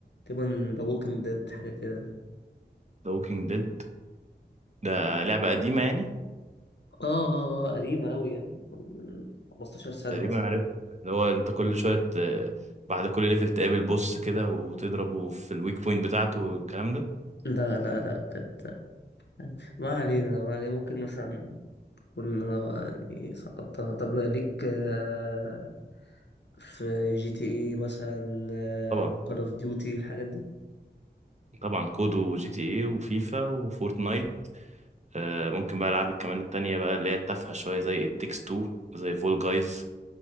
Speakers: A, on the left; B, on the right.
A: تقريبا ذا ووكينج ديد حاجة كده
B: ذا ووكينج ديد ده لعبه قديمه يعني
A: اه اه آه، قديمة أوي يعني من 15 سنة
B: تقريبا
A: مثلا
B: عارفها اللي هو انت كل شويه آه، بعد كل ليفل تقابل بوس كده وتضربه في الويك بوينت بتاعته والكلام ده
A: لا لا لا كانت ما علينا ما علينا ممكن مثلا كنا يعني سقطتها طب ليك آه، في جي تي اي مثلا
B: طبعا
A: كول اوف ديوتي الحاجات دي
B: طبعا كودو وجي تي ايه وفيفا وفورتنايت آه ممكن بقى العاب كمان التانية بقى اللي هي التافهة شوية زي التكس 2 زي فول جايز